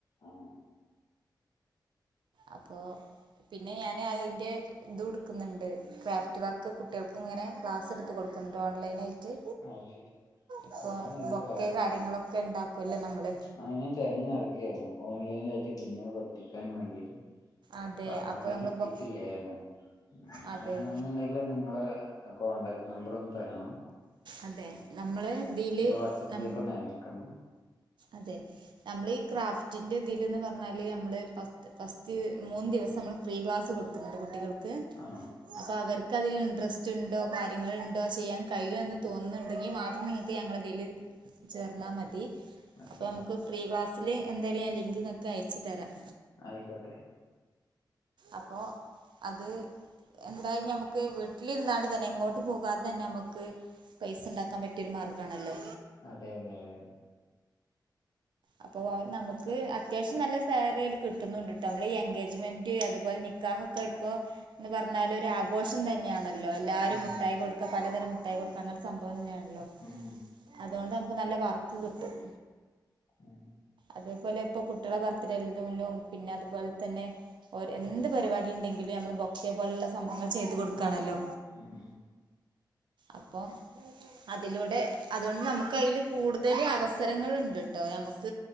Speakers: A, on the left; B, on the right.
A: ആഹ്
B: അപ്പൊ പിന്നെ ഞാന് അതിന്റെ ഇതും ഇട്ക്കുന്നുണ്ട് ക്രാഫ്റ്റ് വർക്ക് കുട്ട്യേൾക്ക് ഇങ്ങനെ ക്ലാസ് ഇട്ത്ത് കൊടുക്കുന്നുണ്ട് ഓൺലൈനായി ട്ട്
A: അത് ശരി
B: ഇപ്പോ
A: അത് നല്ലൊരു
B: ബൊക്കെ കാര്യങ്ങളൊക്കെ ഇണ്ടാക്കല്ലോ നമ്മള്
A: അത് ഞാന് തെരഞ്ഞ് നടക്കായിരുന്നു ഓൺലൈനായിട്ട് കുഞ്ഞിനെ പഠിപ്പിക്കാനും വേണ്ടീട്ട്
B: അതെ
A: അപ്പൊ ആളെ
B: നമ്മള്
A: കിട്ടിട്ടില്ലായിരുന്നു
B: ബൊ
A: അങ്ങനാണെന്ന്ണ്ടെ
B: അതെ
A: ങ്കില് നിങ്ങളെ കോൺടാക്ട് നമ്പർ ഒന്ന് തരണം.
B: അതെ നമ്മള് ഇതില്
A: ഏഹ് വാട്സപ്പിലേക്ക്
B: നം
A: ഒന്ന് അയക്കണം
B: അതെ നമ്മള് ഈ ക്രാഫ്റ്റിന്റെ ഇതില്ന്ന് പറഞ്ഞാല് നമ്മള് ഫസ് ഫസ്റ്റ് മൂന്ന് ദിവസം നമ്മൾ ഫ്രീ ക്ലാസ്സ് കൊടുക്കുന്നുണ്ട് കുട്ടികൾക്ക്
A: ആണോ
B: അപ്പൊ അവർക്ക് അതിൽ ഇൻട്രസ്റ്റ്ണ്ടോ കാര്യങ്ങള്ണ്ടോ ചെയ്യാൻ കഴിയൊ എന്ന് തോന്നുന്ന്ണ്ടെങ്കി മാത്രം നിങ്ങ ക്ക് ഞങ്ങളെ ഇതില് ചേർന്നാ മതി
A: ഓക്കെ
B: അപ്പൊ നമുക്ക് ഫ്രീ ക്ലാസ്സില് എന്തായാലും ഞാൻ ലിങ്ക്ങ്ങക്ക് അയച്ച് തരാം
A: ആയിക്കോട്ടെ
B: അപ്പോ അത് എന്തായാലും നമുക്ക് വീട്ടിലിര്ന്നാണ്ട് തന്നെ എങ്ങോട്ട് പോകാ തെ തന്നെ നമക്ക് പൈസ ഇണ്ടാക്കാൻ പറ്റിയ ഒരു മാർഗാണല്ലോ
A: അതെ അതെ അതെ അതെ
B: അപ്പൊ വാ നമുക്ക് അത്യാവശ്യം നല്ല സാലറി അതിൽ കിട്ടുന്നുണ്ട്ട്ടോ നമ്മള് ഈ എൻഗേജ്മെന്റ് അതുപോലെ നിക്കാഹ് ഒക്കെ ഇപ്പൊ എന്ന് പറഞ്ഞാല് ഒരാഘോഷം തന്നെയാണല്ലോ എല്ലാരും
A: അതെ
B: മുട്ടായി കൊട് ഒക്കെ പലതരം മുട്ടായി കൊടുക്ക അങ്ങനെ സംഭവം തന്നെയാണല്ലോ
A: ഉം
B: അതോണ്ട് നമുക്ക് നല്ല വർക്ക് കിട്ടും
A: ഉം
B: അതേപോലെ ഇപ്പൊ കുട്ട്യേളെ ബർത്ത്ഡേലേല്ലും പിന്നെ അതുപോലെ തന്നെ ഓര് എന്ത് പരിപാടി ഇണ്ടെങ്കിലും നമ്മള് ബൊക്കെ പോലെള്ള സംഭവങ്ങള് ചെയ്തു കൊട്ക്കാണല്ലോ
A: ഉം ഉം
B: അപ്പം അതിലൂടെ അതുകൊണ്ട് നമുക്ക് അതില് കൂടുതൽ അവസരങ്ങള്ണ്ട് ട്ടോ ഞമ്മക്ക്